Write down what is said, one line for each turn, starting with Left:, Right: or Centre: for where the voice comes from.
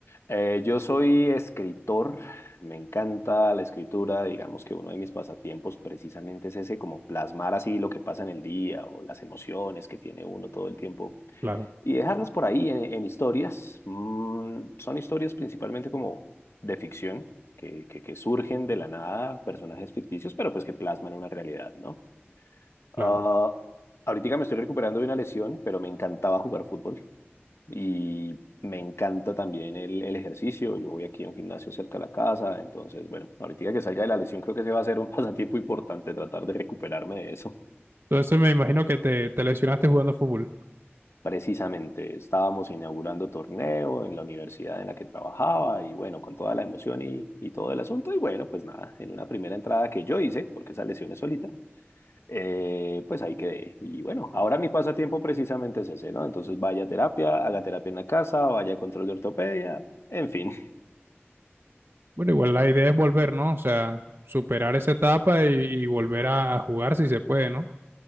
Left: Eh, yo soy escritor, me encanta la escritura, digamos que uno de mis pasatiempos precisamente es ese, como plasmar así lo que pasa en el día o las emociones que tiene uno todo el tiempo
Right: Claro,
Left: y dejarlas por ahí en, en historias. Mm, son historias principalmente como de ficción, que, que, que surgen de la nada, personajes ficticios, pero pues que plasman una realidad, ¿no? Ah,
Right: claro.
Left: ahorita me estoy recuperando de una lesión, pero me encantaba jugar fútbol y me encanta también el, el ejercicio. Yo voy aquí a un gimnasio cerca de la casa, entonces, bueno, ahorita que salga de la lesión, creo que se va a hacer un <laughs> pasatiempo importante tratar de recuperarme de eso.
Right: Entonces me imagino que te, te lesionaste jugando fútbol.
Left: Precisamente estábamos inaugurando torneo en la universidad en la que trabajaba y bueno, con toda la emoción y, y todo el asunto. Y bueno, pues nada, en una primera entrada que yo hice, porque esa lesión es solita, eh, pues ahí quedé. Y bueno, ahora mi pasatiempo precisamente es ese, ¿no? Entonces vaya a terapia, haga terapia en la casa, vaya a control de ortopedia, en fin.
Right: Bueno, igual la idea es volver, ¿no? O sea, superar esa etapa y, y volver a, a jugar si se puede, ¿no?